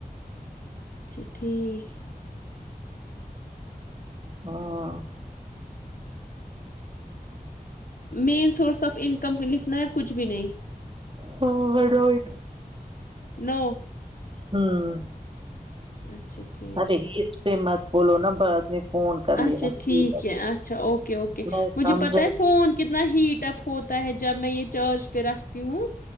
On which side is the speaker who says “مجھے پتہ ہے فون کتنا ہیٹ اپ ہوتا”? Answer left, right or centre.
Left